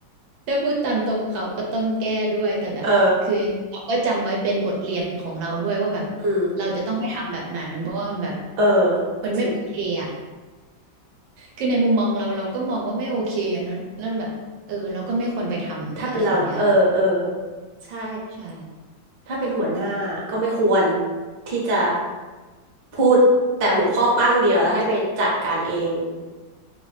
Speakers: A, on the right; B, on the right.
A: ถ้าพูดตามตรงเขาก็ต้องแก้ด้วยแต่แบบคือเราก็จำไว้เป็นบทเรียนของเราด้วยว่าแบบ
B: เอออืม
A: เราจะต้องไม่ทำแบบนั้นเพราะว่ามันแบบ
B: เออก็จริง
A: มันไม่โอเคอะ คือในมุมมองเราเราก็มองว่าไม่โอเคอะเนอะแล้วแบบเออเราก็ไม่ควรไปทำอะไรแบบเนี้ยกับ
B: ถ้าเป็นเราเราก็เออ เออ ใช่
A: ใช่
B: ถ้าเป็นหัวหน้าก็ไม่ควรที่จะพูดแต่หัวข้อปั้งเดียวแล้วให้ไปจัดการเอง